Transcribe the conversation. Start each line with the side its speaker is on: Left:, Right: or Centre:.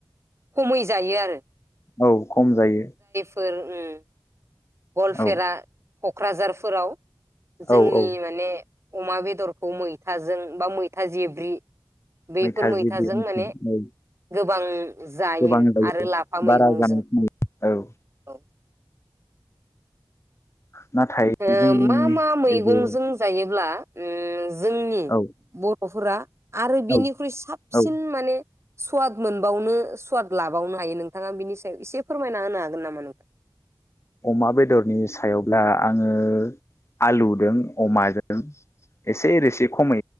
Right: खमै जायो आरो।
Left: औ खम जायो।
Right: फोर उम गलफेरा
Left: औ
Right: क'क्राझारफोराव जोंनि
Left: औ औ
Right: माने अमा बेदरखौ मै थाजों बा मैथा जेब्रि बेफोर
Left: मैथा
Right: मैथाजों
Left: जिब्रै मैथा
Right: माने
Left: औ
Right: गोबां जायो
Left: गोबां
Right: आरो लाफा
Left: बारा
Right: मैगंजों
Left: जानाय खोना औ
Right: औ।
Left: नाथाय
Right: ओ
Left: जोंनि
Right: मा मा मैगंजों
Left: बे
Right: जायोब्ला ओ जोंनि
Left: औ
Right: बरफोरा आरो बिनिख्रुइ
Left: औ
Right: साबसिन
Left: औ
Right: माने स्वाद मोनबावनो स्वाद लाबावनो हायो नोंथाङा बिनि सायाव एसे फोरमायना होनो हागोन नामा नोंथां
Left: अमा बेदरनि सायावब्ला आङो आलुजों अमाजों एसे रोसि खमै